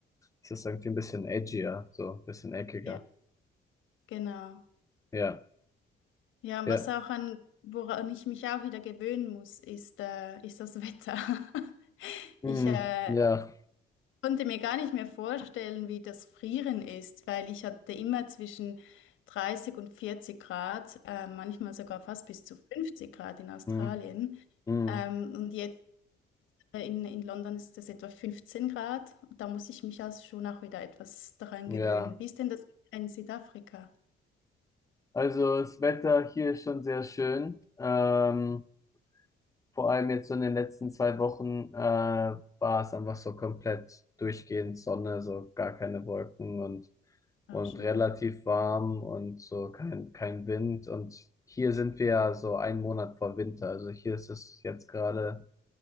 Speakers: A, on the left; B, on the left.
A: ist es irgendwie ein bisschen edgier, so ein bisschen eckiger.
B: Ja, genau.
A: Ja,
B: Ja, und
A: ja,
B: was auch an, woran ich mich auch wieder gewöhnen muss, ist, äh, ist das Wetter. <laughs>
A: mm,
B: Ich äh,
A: ja,
B: konnte mir gar nicht mehr vorstellen, wie das Frieren ist, weil ich hatte immer zwischen 30 und 40 Grad, äh, manchmal sogar fast bis zu 50 Grad in Australien.
A: mm, mm,
B: Ähm, und jetzt Äh, In, in London ist es etwa 15 Grad. Da muss ich mich also schon auch wieder etwas daran
A: ja.
B: gewöhnen. Wie ist denn das in Südafrika?
A: Also das Wetter hier ist schon sehr schön. Ähm, Vor allem jetzt so in den letzten zwei Wochen äh, war es einfach so komplett durchgehend Sonne, so gar keine Wolken und,
B: Ah,
A: und
B: schön.
A: relativ warm und so kein, kein Wind. Und hier sind wir ja so einen Monat vor Winter. Also hier ist es jetzt gerade